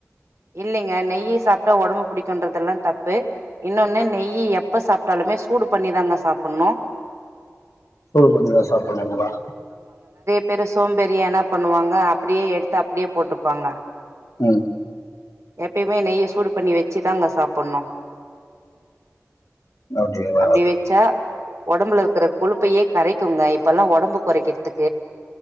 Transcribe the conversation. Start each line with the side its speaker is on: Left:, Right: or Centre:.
Right: இல்லேங்க நெய்யை சாப்பிட்டா உடம்பு பிடிக்கன்ற எல்லா தப்பு இன்னொன்னு நெய் இப்ப சாப்பிட்டாலுமே சூடு பண்ணி தாங்க சாப்பிடணும்
Left: சூடு பண்ணிதான் சாப்பிடலங்களா
Right: பெரு சோம்பேரிய என்னா பண்ணுவாங்க அப்படியே எடுத்து அப்படியே போட்டுப்பாங்க
Left: உஹம்
Right: எப்பயுமே நெய்ய சூடு பண்ணி வச்சுதா அங்க சாப்பிடணும்
Left: அப்டிங்களா
Right: அப்படி வச்சா உடம்புல இருக்கிற கொழுப்பையே கரைக்குங்க இப்பெல்லாம் உடம்பு குறைக்கிறதுக்கு